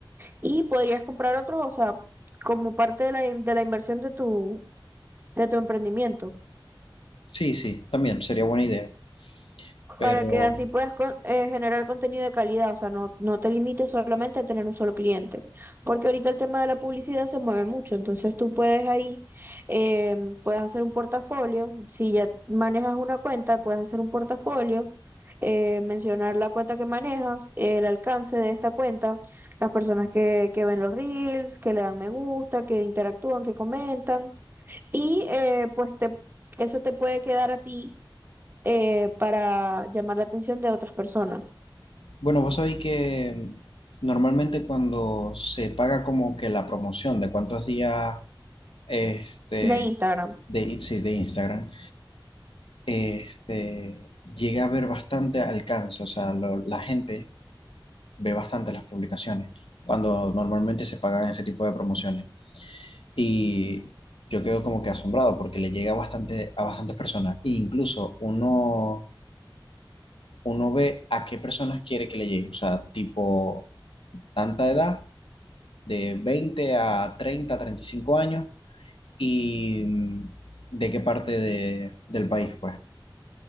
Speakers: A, on the right; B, on the left.
A: y podrías comprar otro, o sea, como parte de la, in- de la inversión de tu, de tu emprendimiento.
B: Sí, sí, también sería buena idea. Pero
A: para que así puedas con- eh, generar contenido de calidad, o sea, no, no te limites solamente a tener un solo cliente, porque ahorita el tema de la publicidad se mueve mucho, entonces tú puedes ahí, eh, puedes hacer un portafolio, si ya manejas una cuenta, puedes hacer un portafolio, eh, mencionar la cuenta que manejas, el alcance de esta cuenta, las personas que, que ven los reels, que le dan me gusta, que interactúan, que comentan y eh, pues te, eso te puede quedar a ti eh, para llamar la atención de otras personas,
B: bueno, vos sabéis que normalmente cuando se paga como que la promoción de cuántos días este,
A: de Instagram.
B: de, sí, de Instagram, este, llega a ver bastante alcance, o sea, lo- la gente ve bastante las publicaciones cuando normalmente se pagan ese tipo de promociones. Y yo quedo como que asombrado porque le llega bastante a bastantes personas. E incluso uno, uno ve a qué personas quiere que le llegue, o sea, tipo tanta edad, de 20 a 30, 35 años y mm, de qué parte de- del país, pues.